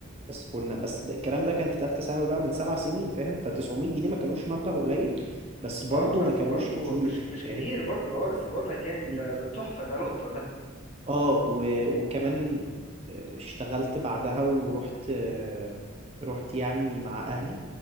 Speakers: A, on the right; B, on the left.
A: بس كنا بس ده الكلام ده كان في ثالثه ثانوي بقى من سبع سنين فاهم ف 900 جنيه ما كانوش مبلغ قليل بس برضو
B: اه بس
A: ما كانوش
B: برضو
A: كتير
B: مش مش كتير
A: فاهم
B: برضو اه لسه بقول لك يعني انت
A: مم.
B: ده تحفة ده لقطة ده
A: اه و... وكمان آه، اشتغلت بعدها ورحت آه، رحت يعني مع اهلي